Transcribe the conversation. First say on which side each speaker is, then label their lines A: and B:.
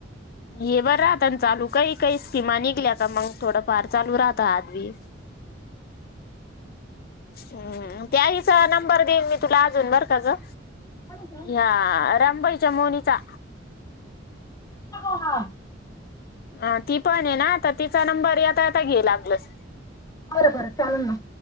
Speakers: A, on the left; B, on the left.
A: ये बरं आतान चालू काही काही स्कीमा निघल्या तर मग थोडंफार चालू राहतं हातबी. हम्म त्याहीचा नंबर देईन मी तुला अजून बरं का गं!
B: बरं
A: या रामबाईच्या मोनीचा.
B: आ
A: अ ती पण हे ना आता तिचा नंबर येता येता घे लागलंस.
B: बरं बरं चाललं ना.